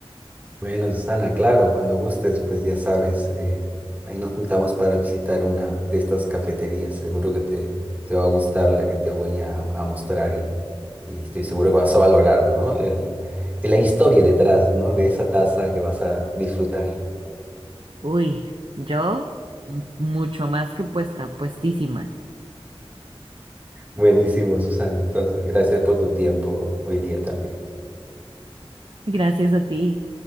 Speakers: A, on the right; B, on the right.
A: Bueno, Susana, claro, cuando gustes, pues ya sabes, eh, ahí nos juntamos para visitar una de estas cafeterías. Seguro que te, te va a gustar la que te voy a, a mostrar y, y estoy seguro que vas a valorar, ¿no? El- la historia detrás, ¿no? De esa taza que vas a disfrutar.
B: Uy, yo m- mucho más que puesta, puestísima.
A: Buenísimo, Susana. Entonces, gracias por tu tiempo hoy día también.
B: Gracias a ti.